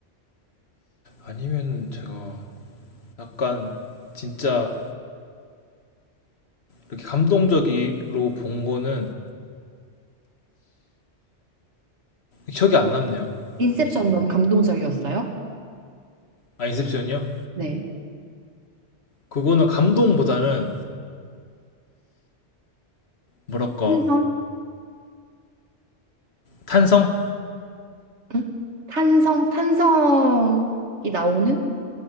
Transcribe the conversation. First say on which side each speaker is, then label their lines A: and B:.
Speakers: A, on the left (about 65°); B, on the right (about 80°).
A: 아니면 제가 약간 진짜 이렇게 감동적으로 본 거는 기억이 안 남네요.
B: 인셉션
A: 뭔가.
B: 너무 감동적이었어요
A: 아, 인셉션이요?
B: 네
A: 그거는 감동보다는 뭐랄까,
B: 탄성
A: 탄성?
B: 응? 탄성 탄성이 나오는